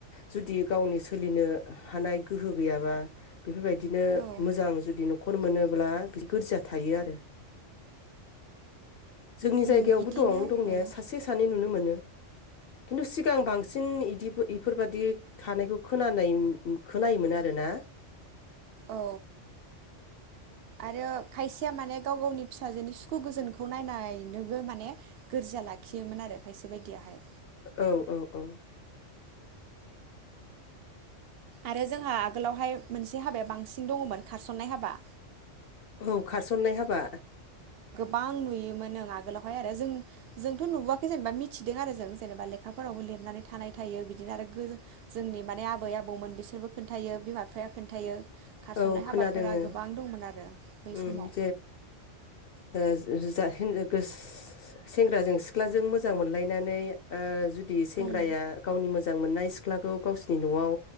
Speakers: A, on the left; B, on the right.
A: जुदि गावनि सोलिनो हानाय गोहो गैयाबा बेफोरबायदिनो
B: औ
A: मोजां जुदि नख <unintelligible> मोनोब्ला बि गोरजिया थायो आरो जोंनि
B: उम
A: जायगायावबो
B: बिदिनो
A: दं दंनाया
B: उम
A: सासे सानै नुनो मोनो खिन्थु सिगां बांसिन इदि इफोरबादि थानायखौ खोनानाय खोनायोमोन आरो ना
B: औ आरो खायसेया माने गाव गावनि फिसाजोनि सुखु गोजोनखौ नायनायनोबो माने गोरजिया लाखियोमोन आरो खायसे बायदियाहाय।
A: औ औ औ
B: आरो जोंहा आगोलावहाय मोनसे हाबाया बांसिन दङमोन खारसननाय हाबा
A: औ खारसननाय हाबा
B: बां नुयोमोननो आगोलावहाय आरो जों जोंथ' नुबोआखै जेनेबा मिथिदों आरो जों जेनेबा लेखाफोरावबो लिरनानै थानाय थायो बिदिनो आरो गो जोंनि माने आबै आबौमोन बिसोरबो खोन्थायो बिमा बिफाया खोन्थायो खारस'नाय
A: औ
B: हाबाफोरा
A: खोनादोङो
B: गोबां दंमोन आरो बै
A: उम
B: समाव
A: <unintelligible> ओ <unintelligible> सेंग्राजों सिख्लाजों मोजां मोनलायनानै ओ जुद दि सेंग्राया
B: उम
A: गावनि मोजां मोजां मोननाय सिख्लाखौ गावसिनि न'आव